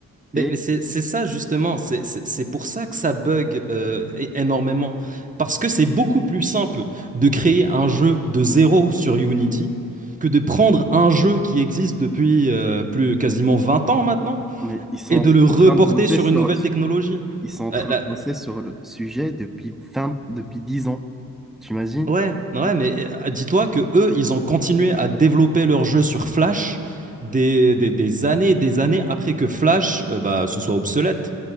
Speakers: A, on the right; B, in the centre.
A: Mais
B: et
A: mais c'est c'est ça justement, c'est c'est- c'est pour ça que ça bug euh, é- énormément. Parce que c'est beaucoup plus simple de créer un jeu de zéro sur Unity que de prendre un jeu qui existe depuis euh, plus quasiment 20 ans maintenant
B: mais ils sont
A: et de le reporter
B: en train de bosser
A: sur
B: sur,
A: une nouvelle technologie.
B: ils sont en train
A: Euh, la-
B: de bosser
A: euh,
B: sur le sujet depuis 20 depuis 10 ans. T'imagines?
A: ouais, ouais, mais euh, dis-toi que eux, ils ont continué à développer leur jeu sur Flash des, des, des années et des années après que Flash euh, bah, se soit obsolète.